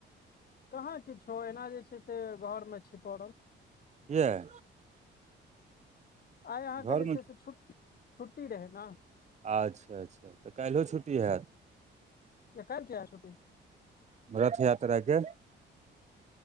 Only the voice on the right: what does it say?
कियअ
घरमे
अच्छा अच्छा तऽ काल्हिओ छुट्टी हयैत
रथ यात्रा के